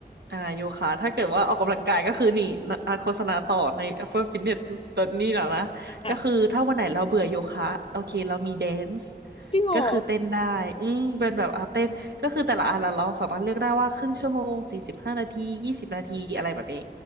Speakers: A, on the right; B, on the left.
A: อ่าโยคะถ้าเกิดว่าออกกำลังกายก็คือนี่นะอ่ะโฆษณาต่อใน Apple Fitness ตอนนี้นะนะก็คือถ้าวันไหนเราเบื่อโยคะโอเคเรามีแดนซ์
B: อ่ะจริงเหรอ
A: ก็คือเต้นได้อืมเป็นแบบอาเต้นก็คือแต่ละอันละเราสามารถเลือกได้ว่าครึ่งชั่วโมงสี่สิบห้านาทียี่สิบนาทีอะไรแบบนี้